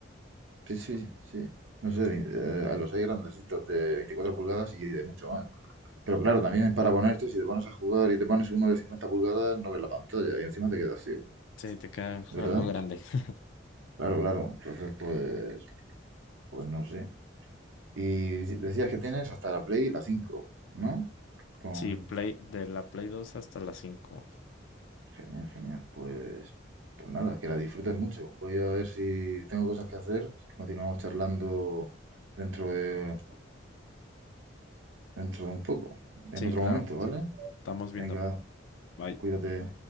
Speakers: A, on the right; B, on the left.
A: Sí, sí, sí. No sé, eh, a los hay grandecitos de 24 pulgadas y de mucho más. Pero claro, también para ponerte, si te pones a jugar y te pones uno de 50 pulgadas, no ves la pantalla y encima te quedas ciego,
B: Sí, te queda
A: ¿verdad?
B: algo grande. <laughs>
A: Claro, claro. Entonces, pues, pues no sé. Y decías que tienes hasta la Play la 5, ¿no? Con...
B: Sí, Play, de la Play 2 hasta la 5.
A: Genial, genial. Pues, pues nada, que la disfrutes mucho. Voy a ver si tengo cosas que hacer. Continuamos charlando dentro de, dentro de un poco, en
B: Sí,
A: otro
B: claro,
A: momento, ¿vale?
B: estamos viendo.
A: Venga,
B: Bye.
A: cuídate.